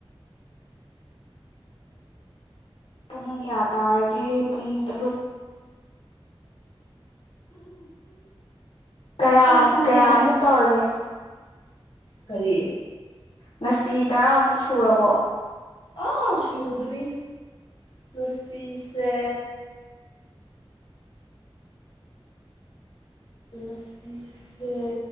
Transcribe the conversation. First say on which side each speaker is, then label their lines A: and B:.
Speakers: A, on the left; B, on the left.
A: ꯄꯨꯡ ꯀꯌꯥ ꯇꯥꯔꯒꯦ ꯄꯨꯡ ꯇꯔꯨꯛ ꯀꯌꯥ
B: ꯄꯨꯡ
A: ꯀꯌꯥꯃꯨꯛ
B: ꯀꯌꯥ
A: ꯇꯧꯔꯒꯦ
B: ꯀꯔꯤ
A: ꯉꯁꯤ ꯇꯔꯥꯃꯨꯛ ꯁꯨꯔꯕꯣ
B: ꯑꯥ ꯁꯨꯗ꯭ꯔꯤ ꯉꯁꯤꯁꯦ ꯉꯁꯤꯁꯦ